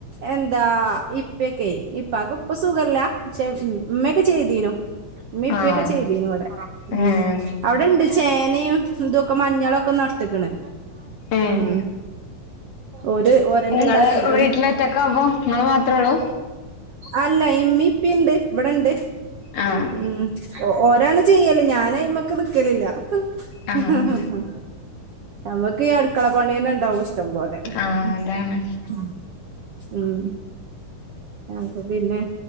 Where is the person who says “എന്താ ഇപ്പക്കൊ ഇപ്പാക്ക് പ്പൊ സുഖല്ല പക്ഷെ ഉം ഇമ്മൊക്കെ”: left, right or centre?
Right